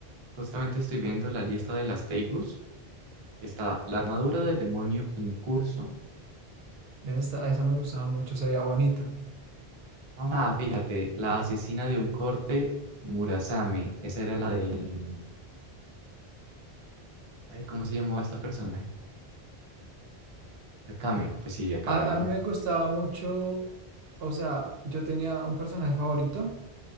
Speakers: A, on the right; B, on the right.
A: Justamente estoy viendo la lista de las Teigus. Está la armadura del demonio Incurso.
B: Esa, está- esa me gustaba mucho, se veía bonita.
A: Ah, fíjate, la asesina de un corte Murasame. Esa era la de... Ay, ¿cómo se llamaba esta personaje? Akame. Pues sí, Akame,
B: A,
A: ¿no?
B: a mí me gustaba mucho, o sea, yo tenía un personaje favorito